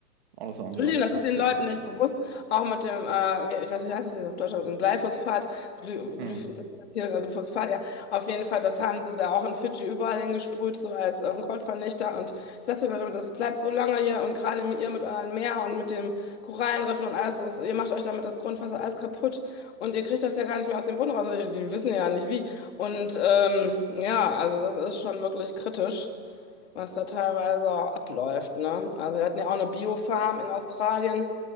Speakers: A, on the right; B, on the left.
A: alles andere
B: Entschuldigung,
A: als
B: das ist den
A: sicher.
B: Leuten nicht bewusst. Auch mit dem, äh, wie- ich weiß nicht, wie heißt das jetzt auf Deutsch, aber mit Glyphosat, Gly,
A: Mhm.
B: Glyph- hier, äh, Glyphosat, ja, auf jeden Fall, das haben sie da auch in Fidschi überall hingesprüht, so als äh, Unkrautvernichter. Und ich sage den Leuten, das bleibt so lange hier und gerade ihr mit eurem Meer und mit den Korallenriffen und alles, das, ihr macht euch damit das Grundwasser alles kaputt und ihr kriegt das ja gar nicht mehr aus dem Boden raus. Also Die, die wissen ja nicht wie. Und ähm, ja, also das ist schon wirklich kritisch was da teilweise auch abläuft, ne? Also wir hatten ja auch eine Biofarm in Australien,